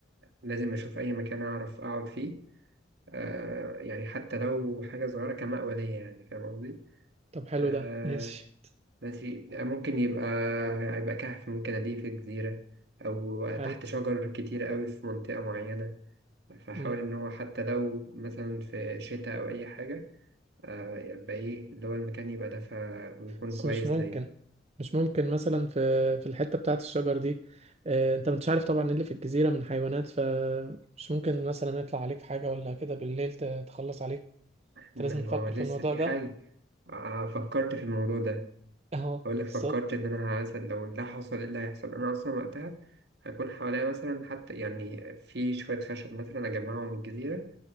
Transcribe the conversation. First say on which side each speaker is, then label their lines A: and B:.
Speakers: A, on the right; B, on the right.
A: لازم اشوف اي مكان اعرف اقعد فيه آه يعني حتى لو حاجه صغيره كمأوى ليا يعني فاهم قصدي
B: طب حلو
A: آه
B: ده ماشي
A: ماشي ممكن يبقى يبقى كهف ممكن ألاقيه في جزيره او
B: حلو
A: تحت شجر كتير قوي في منطقه معينه فحاول
B: مم.
A: ان هو حتى لو مثلا في شتاء او اي حاجه آه يبقى ايه اللي هو المكان يبقى دافئ ويكون
B: بس
A: كويس
B: مش ممكن
A: ليا
B: مش ممكن مثلا في في الحتة بتاعة الشجر دي آه، انت مش عارف طبعا ايه اللي في الجزيرة من حيوانات فمش ممكن مثلا يطلع عليك حاجة ولا كده بالليل ت- تخلص عليك انت
A: إنما
B: لازم تفكر
A: هو لسه
B: في الموضوع
A: في
B: ده
A: حاجة آه، آه، فكرت في الموضوع ده
B: اهو
A: أقول لك
B: بالظبط
A: فكرت إن أنا مثلا لو ده حصل إيه اللي هيحصل أنا أصلا وقتها هكون حواليا مثلا حتى يعني في شوية خشب مثلا أجمعهم من الجزيرة